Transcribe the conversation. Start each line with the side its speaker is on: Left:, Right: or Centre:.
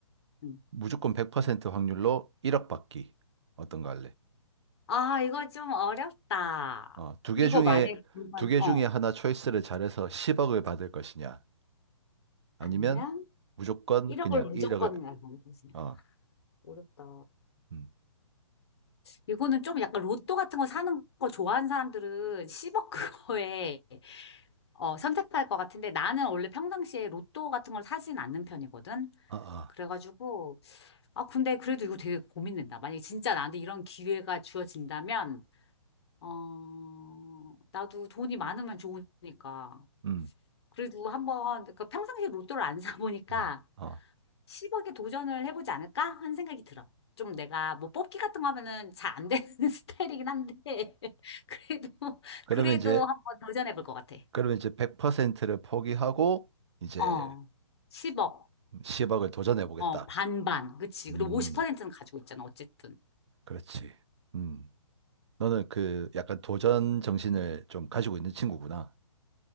Left: 응.
Right: 무조건 100% 확률로 1억 받기. 어떤 거 할래?
Left: 아, 이거 좀 어렵다.
Right: 어, 두
Left: 이거
Right: 개 중에,
Left: 만약에 공부한,
Right: 두 개
Left: 어.
Right: 중에 하나 초이스를 잘해서 10억을 받을 것이냐, 아니면
Left: 아니면
Right: 무조건
Left: 1억을
Right: 그냥
Left: 무조건
Right: 1억을,
Left: 날고 그냥.
Right: 어,
Left: 어렵다.
Right: 음,
Left: 이거는 좀 약간 로또 같은 거 사는 거 좋아하는 사람들은 10억 그거에 어, 선택할 것 같은데 나는 원래 평상시에 로또 같은 걸 사진 않는 편이거든.
Right: 어, 어,
Left: 그래가지고 아 근데 그래도 이거 되게 고민된다. 만약에 진짜 나한테 이런 기회가 주어진다면 어 나도 돈이 많으면 좋으니까
Right: 음,
Left: 그래도 한번 그러니까 평상시에 로또를 안 <laughs> 사보니까
Right: 어, 어.
Left: 10억에 도전을 해보지 않을까? 하는 생각이 들어. 좀 내가 뭐 뽑기 같은 거 하면은 잘 안 되는 <laughs> 스타일이긴 한데, <laughs> 그래도,
Right: 그러면
Left: 그래도
Right: 이제,
Left: 한번 도전해볼 것 같아.
Right: 그러면 이제 100%를 포기하고, 이제
Left: 어, 10억.
Right: 10억을 도전해 보겠다.
Left: 어, 반반. 그치.
Right: 음,
Left: 그리고 50%는 가지고 있잖아, 어쨌든.
Right: 그렇지. 음, 너는 그 약간 도전 정신을 좀 가지고 있는 친구구나.